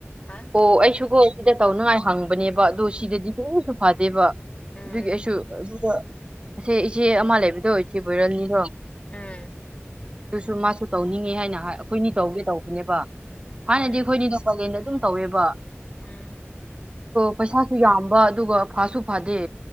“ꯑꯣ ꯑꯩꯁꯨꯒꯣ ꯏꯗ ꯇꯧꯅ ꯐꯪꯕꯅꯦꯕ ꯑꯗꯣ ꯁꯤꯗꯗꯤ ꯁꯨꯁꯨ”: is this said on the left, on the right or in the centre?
Right